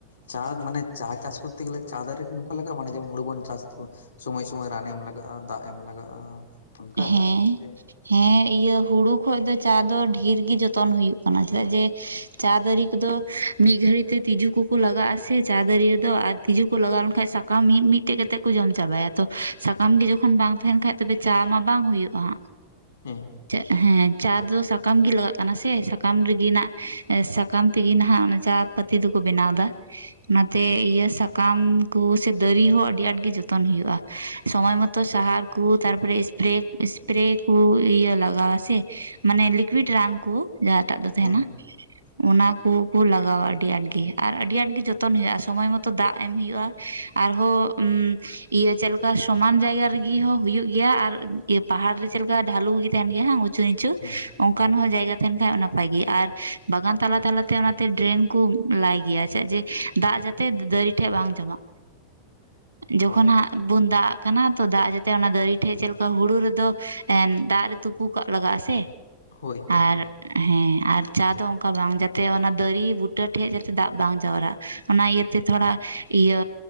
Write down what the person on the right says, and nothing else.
ᱦᱮᱸ
ᱦᱮᱸ ᱤᱭᱟᱹ ᱦᱩᱲᱩ ᱠᱷᱚᱡ ᱫᱚ ᱪᱟ ᱫᱚ ᱰᱷᱤᱨ ᱜᱤ ᱡᱚᱛᱚᱱ ᱦᱩᱭᱩᱜ ᱠᱟᱱᱟ, ᱪᱮᱫᱟᱜ ᱡᱮ ᱪᱟ ᱫᱟᱨᱤ ᱠᱚᱫᱚ ᱢᱤᱫ ᱜᱷᱟᱹᱲᱤᱡ ᱛᱮ ᱛᱤᱡᱩ ᱠᱚᱠᱚ ᱞᱟᱜᱟᱜᱼᱟ ᱥᱮ ᱪᱟ ᱫᱟᱨᱤ ᱨᱮᱫᱚ ᱟᱨ ᱛᱤᱡᱩ ᱠᱚ ᱞᱟᱜᱟᱣ ᱞᱮᱱᱠᱷᱟᱱ ᱥᱟᱠᱟᱢ ᱢᱤᱫ ᱢᱤᱫᱠᱟᱴᱮᱡ ᱠᱩ ᱡᱚᱢ ᱪᱟᱵᱟᱭᱟ ᱛᱚ ᱥᱟᱠᱟᱢ ᱜᱤ ᱡᱚᱠᱷᱚᱱ ᱵᱟᱝ ᱛᱟᱦᱮᱱ ᱠᱷᱟᱡ ᱛᱚᱵᱮ ᱪᱟ ᱢᱟ ᱵᱟᱝ ᱦᱩᱭᱩᱜᱼᱟ ᱦᱟᱸᱜ
ᱪᱮᱫ ᱦᱮᱸ ᱪᱟ ᱫᱚ ᱥᱟᱠᱟᱢ ᱜᱮ ᱞᱟᱜᱟᱜ ᱠᱟᱱᱟ ᱥᱮ ᱥᱟᱠᱟᱢ ᱨᱮᱜᱮ ᱱᱟᱜ ᱥᱟᱠᱟᱢ ᱛᱮᱜᱮ ᱱᱟᱦᱟᱜ ᱚᱱᱟ ᱪᱟ ᱯᱟᱹᱛᱤ ᱫᱚᱠᱚ ᱵᱮᱱᱟᱣ ᱫᱟ ᱚᱱᱟᱛᱮ ᱤᱭᱟᱹ ᱥᱟᱠᱟᱢ ᱠᱚ ᱥᱮ ᱫᱟᱹᱨᱤ ᱦᱚᱸ ᱟᱹᱰᱤ ᱟᱸᱴ ᱜᱮ ᱡᱚᱛᱚᱱ ᱦᱩᱭᱩᱜᱼᱟ, ᱥᱚᱢᱚᱭ ᱢᱚ ᱛᱚ ᱥᱟᱦᱟᱨ ᱠᱩ ᱛᱟᱨᱯᱚᱨᱮ ᱥᱯᱨᱮ ᱥᱯᱨᱮ ᱠᱩ ᱤᱭᱟᱹ ᱞᱟᱜᱟᱣᱟ ᱥᱮ ᱢᱟᱱᱮ ᱞᱤᱠᱩᱤᱰ ᱨᱟᱱ ᱠᱩ ᱡᱟᱦᱟᱸᱴᱟᱜ ᱫᱚ ᱛᱟᱦᱮᱱᱟ,
ᱚᱱᱟ ᱠᱩ ᱠᱩ ᱞᱟᱜᱟᱣᱼᱟ ᱟᱹᱰᱤ ᱟᱴᱜᱤ ᱟᱨ ᱟᱹᱰᱤ ᱟᱴᱜᱤ ᱡᱚᱛᱚᱱ ᱦᱩᱭᱩᱜᱼᱟ, ᱥᱚᱢᱚᱭ ᱢᱚᱛᱚ ᱫᱟᱜ ᱮᱢ ᱦᱩᱭᱩᱜᱼᱟ ᱟᱨᱦᱚᱸᱻ ᱤᱭᱟᱹ ᱪᱮᱫ ᱞᱮᱠᱟ ᱥᱚᱢᱟᱱ ᱡᱟᱭᱜᱟ ᱨᱮᱜᱤ ᱦᱚᱸ ᱦᱩᱭᱩᱜ ᱜᱤᱭᱟ ᱟᱨ ᱯᱟᱦᱟᱲ ᱨᱮ ᱪᱮᱫ ᱞᱮᱠᱟ ᱰᱷᱟᱞᱩ ᱜᱤ ᱛᱟᱦᱮᱱ ᱜᱮᱭᱟ ᱦᱟᱝ ᱩᱪᱩ ᱱᱤᱪᱩ
ᱚᱱᱠᱟᱱ
ᱦᱚᱸ ᱡᱟᱭᱜᱟ ᱛᱟᱦᱮᱱ ᱠᱷᱟᱱ ᱱᱟᱯᱟᱭ ᱜᱮ ᱟᱨ ᱵᱟᱜᱟᱱ ᱛᱟᱞᱟ ᱛᱟᱞᱟ ᱛᱮ ᱚᱱᱟᱛᱮ ᱰᱨᱮᱱ ᱠᱚ ᱞᱟᱭ ᱜᱤᱭᱟ ᱪᱮᱫ ᱡᱮ ᱫᱟᱜ ᱡᱟ ᱛᱮ ᱫᱟᱹᱨᱤ ᱴᱷᱮᱡ ᱵᱟᱝ ᱡᱚᱢᱟᱜ,
ᱡᱚᱠᱷᱚᱱ
ᱦᱟᱸᱜ ᱵᱩᱱ ᱫᱟᱜ ᱟᱜ ᱠᱟᱱᱟ ᱛᱚ ᱫᱟᱜ ᱡᱟᱛᱮ ᱚᱱᱟ ᱫᱟᱨᱤ ᱴᱷᱮᱡ ᱪᱮᱫ ᱞᱮᱠᱟ ᱦᱩᱲᱩ ᱨᱮᱫᱚ ᱮᱱ ᱫᱟᱜ ᱨᱮ ᱛᱩᱯᱩ ᱠᱟᱜ ᱞᱟᱜᱟᱜ-ᱟ ᱥᱮ
ᱟᱨ ᱦᱮᱸ ᱟᱨ ᱪᱟ ᱫᱚ ᱚᱱᱠᱟ ᱵᱟᱝ ᱡᱟᱛᱮ ᱚᱱᱟ ᱫᱟᱹᱨᱤ ᱵᱩᱴᱟᱹ ᱴᱷᱮᱡ ᱡᱟᱛᱮ ᱫᱟᱜ ᱵᱟᱝ ᱡᱟᱣᱨᱟᱹᱜ ᱚᱱᱟ ᱤᱭᱟᱹᱛᱮ ᱛᱷᱚᱲᱟ ᱤᱭᱟᱹ